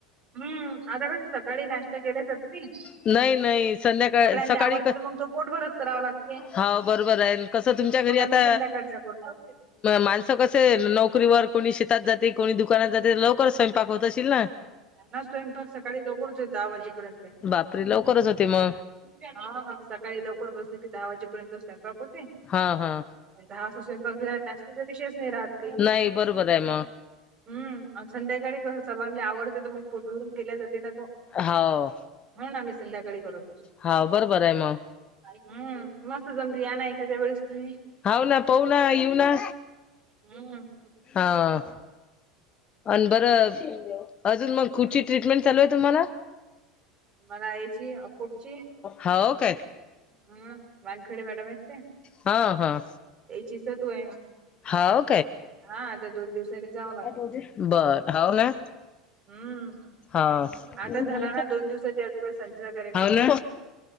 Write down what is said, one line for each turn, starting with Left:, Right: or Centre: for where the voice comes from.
Right: हम्म, आता कसं सकाळी नाश ते केलेच असतील,
Left: नाही नाही संध्याकाळ
Right: सगळ्यांना
Left: सकाळी
Right: आवडते
Left: क
Right: तर मग तो पोटभरच करावं लागते.
Left: हाव बरोबर आहे, कसं तुमच्या घरी
Right: मग
Left: आता,
Right: आम्ही संध्याकाळचा करतो
Left: माणसं कसं नोकरीवर कोणी शेतात जाते, कोणी दुकानात जाते, लवकरच स्वयंपाक होत असशील ना.
Right: ना स्वयंपाक सकाळी लवकर होतोय दहा वाजेपर्यंत ते
Left: बापरे, लवकरच होते म.
Right: हा, सकाळी लवकर बसले की दहा वाजेपर्यंत स्वयंपाक होते.
Left: हा हा
Right: दहा वाजता स्वयंपाक झाला, नाश्त्याचा विषयच नाही राहत काही.
Left: नाही बरोबर आहे मग
Right: हम्म, आणि संध्याकाळी कस सर्वांना आवडते तर मग पोटभरून केल्या जाते ना तो.
Left: हाव.
Right: म्हणून आम्ही संध्याकाळी करत.
Left: हाव बरोबर आहे मग
Right: हम्म, मस्त जमतं या ना एखाद्या वेळेस तुम्ही.
Left: हाव ना, पाहू ना, येऊ ना.
Right: हम्.
Left: हा. आणि बरं, अजून मग कुची
Right: हम्म
Left: ट्रीटमेंट चालूये तुम्हाला?
Right: मला हेची अ कुटची,
Left: हाव काय
Right: हम्म. वानखेडे मॅडम आहेत काय,
Left: हा हा
Right: त्याचीच डोळ्यान
Left: हाव
Right: हा, आता दोन दिवसांनी जावा
Left: काय बोललीस, बरं हाव ना.
Right: हम्म.
Left: हा,
Right: आता
Left: हाव
Right: झाला ना दोन दिवसाच्या अगोदर सांजेचा कार्यक्रम
Left: ना.